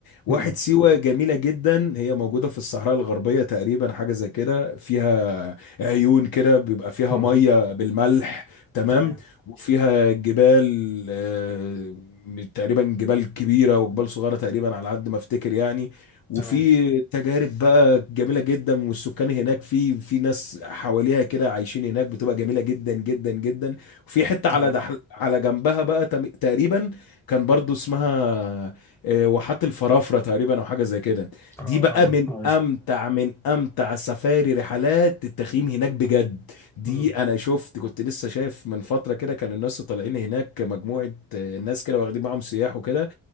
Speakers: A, on the left; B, in the centre.
A: واحد
B: مم.
A: سيوة جميلة جدا هي موجودة في الصحراء الغربية تقريبا حاجة زي كده فيها عيون كده بيبقى فيها
B: مم.
A: مية بالملح تمام
B: تمام
A: وفيها جبال آه، تقريبا جبال كبيرة وجبال صغيرة تقريبا على قد ما افتكر يعني وفي
B: تمام
A: تجارب بقى جميلة جدا والسكان هناك في في ناس حواليها كده عايشين هناك بتبقى جميلة جدا جدا جدا وفي حتة
B: تمام
A: على دحل على جنبها بقى تم- تقريبا كان برضو اسمها آه، واحات الفرافره تقريبا او حاجه زي كده
B: اه اه
A: دي بقى من
B: عارف
A: امتع من امتع سفاري رحلات التخييم هناك بجد دي
B: مم.
A: انا شفت كنت لسه شايف من فتره كده كان الناس طالعين هناك مجموعه آه، ناس كده واخدين معاهم سياح وكده